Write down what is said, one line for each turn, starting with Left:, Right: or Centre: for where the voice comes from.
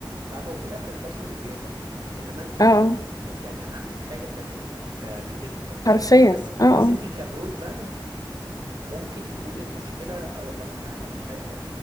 Right: فاهمة وفي الآخر الكاستمر بيزهق إنما أنت
Left: اه
Right: يعني عندك حاجة تعمليها ك كتكنيكال
Left: حرفيا
Right: بس
Left: اه آه.
Right: بس أنت كبرود باند ممكن يكون المشكلة هو خلاص ما ما فيش حاجة